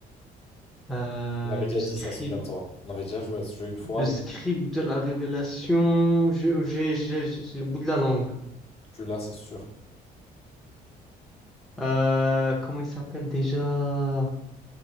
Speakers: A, in the centre; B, on the left (about 35°).
A: Euh,
B: On avait
A: le
B: déjà
A: scribe,
B: dit ça, souviens-toi. On avait déjà joué à ce jeu une fois
A: le scribe
B: et
A: de la révélation. je- J'ai j'ai- j'ai- j'ai le bout de la langue.
B: tu l'as, c'est sûr.
A: Euh, comment il s'appelle déjà?